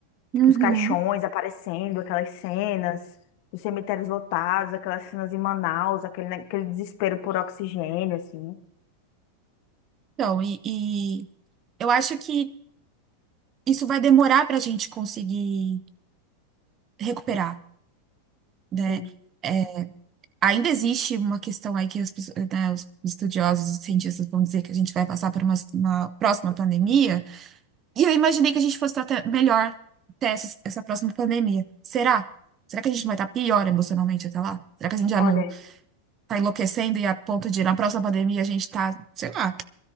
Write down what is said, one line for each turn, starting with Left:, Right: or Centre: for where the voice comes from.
Right: Uhum.
Left: Tipo, os caixões aparecendo, aquelas cenas, os cemitérios lotados, aquelas cenas em Manaus, aquele, aquele desespero por oxigênio, assim.
Right: Então, e e eu acho que. isso vai demorar para a gente conseguir recuperar, né?
Left: Sim.
Right: É, ainda existe uma questão aí que as pessoas, né, os estudiosos e cientistas vão dizer que a gente vai passar por uma, uma próxima pandemia, e eu imaginei que a gente fosse estar até melhor até essa, essa próxima pandemia. Será? Será que a gente não vai estar pior emocionalmente até lá? Será que a gente já
Left: Olha,
Right: não está enlouquecendo e a ponto de na próxima pandemia a gente está, sei lá,